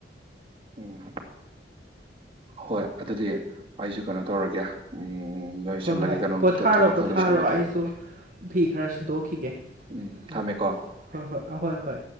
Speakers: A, on the right; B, on the right.
A: ꯎꯝ ꯍꯣꯏ ꯑꯗꯨꯗꯤ ꯑꯩꯁꯨ ꯀꯩꯅꯣ ꯇꯧꯔꯒꯦ ꯎꯝ ꯂꯣꯏꯁꯤꯜꯂꯒꯦ
B: ꯍꯣꯏ ꯍꯣꯏ
A: ꯀꯩꯅꯣꯝꯇ
B: ꯄꯣꯊꯥꯔꯣ
A: ꯊꯕꯛ
B: ꯄꯣꯊꯥꯔꯣ
A: ꯈꯔ ꯂꯣꯏꯁꯤꯜꯂꯒꯦ
B: ꯑꯩꯁꯨ ꯐꯤ ꯈꯔ ꯁꯨꯗꯣꯛꯈꯤꯒꯦ
A: ꯎꯝ
B: ꯎ
A: ꯊꯝꯃꯦꯀꯣ
B: ꯍꯣꯏ ꯍꯣꯏ ꯑꯍꯣꯏ ꯍꯣꯏ